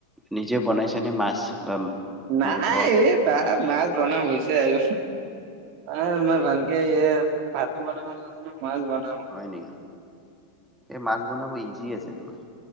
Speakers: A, in the centre; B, on the right.
A: নিজে বনাইছানে মাছ বা
B: নাই
A: মাংস
B: এই বা মাছ বনাম হৈছে আৰু এ মই ভালকে এ ভাত বনাব নাজানো মাছ বনা
A: হয় নেকি এই মাছ বনাব ইজি আছেতো